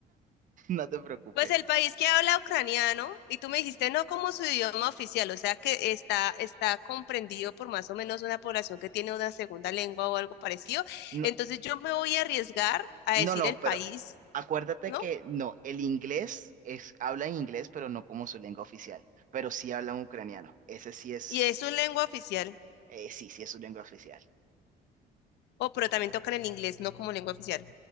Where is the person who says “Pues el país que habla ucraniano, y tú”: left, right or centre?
Left